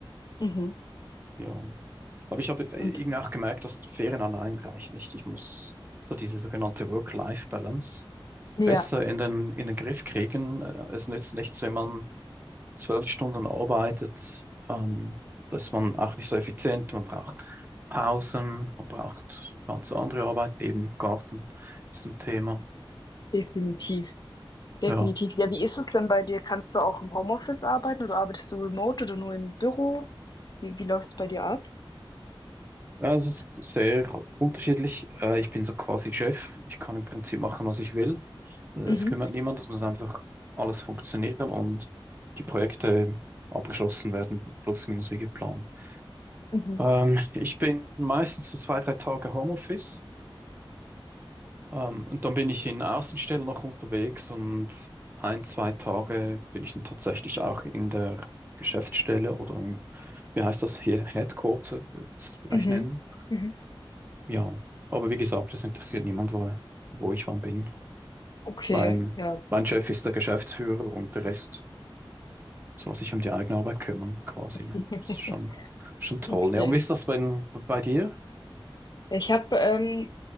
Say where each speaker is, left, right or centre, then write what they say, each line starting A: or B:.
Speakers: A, on the left; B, on the right.
A: Mhm.
B: Ja. Aber ich habe äh,
A: Und
B: irgendwie auch gemerkt, dass Ferien allein reicht nicht. Ich muss so diese sogenannte Work-Life-Balance
A: Ja.
B: besser in den, in den Griff kriegen. Äh, Es nützt nichts, wenn man zwölf Stunden arbeitet, ähm, da ist man auch nicht so effizient. Man braucht Pausen, man braucht ganz andere Arbeiten, eben Garten ist ein Thema.
A: definitiv, definitiv.
B: Ja,
A: Ja, wie ist es denn bei dir? Kannst du auch im Homeoffice arbeiten oder arbeitest du remote oder nur im Büro? Wie wie läuft's bei dir ab?
B: Ja, es ist sehr unterschiedlich. Äh, ich bin so quasi Chef. Ich kann im Prinzip machen, was ich will. Äh,
A: Mhm.
B: es kümmert niemand, es muss einfach alles funktionieren und die Projekte abgeschlossen werden, plus minus wie geplant.
A: Mhm.
B: Ähm, ich bin meistens so zwei, drei Tage Homeoffice. Ähm, und dann bin ich in Außenstelle noch unterwegs und ein, zwei Tage bin ich dann tatsächlich auch in der Geschäftsstelle oder im, wie heißt das hier, Headquarter, würde ich es vielleicht
A: Mhm.
B: nennen.
A: Mhm.
B: Ja, aber wie gesagt, das interessiert niemand, wo, wo ich wann bin.
A: Okay,
B: Mein,
A: ja.
B: mein Chef ist der Geschäftsführer und der Rest soll sich um die eigene Arbeit kümmern, quasi.
A: <laughs>
B: Ne? Das ist schon, schon toll.
A: Okay.
B: Ne? Und wie ist das bei, bei dir?
A: Ja, ich habe, ähm